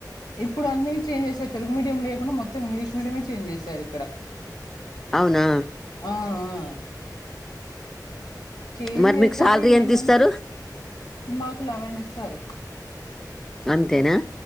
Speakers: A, on the left; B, in the centre.
A: ఇప్పుడు అన్నిీ చేంజ్ చేసారు తెలుగు మీడియం లేకుండా మొత్తం ఇంగ్లీష్ మీడియమే చేంజ్ చేశారు ఇక్కడ
B: అవునా
A: ఆ ఆ చేం
B: మరి
A: చేసారు
B: మీకు శాలరీ ఎంత
A: ఏమంటే
B: ఇస్తారు
A: మాకు ఎలెవన్ ఇస్తారు
B: అంతేనా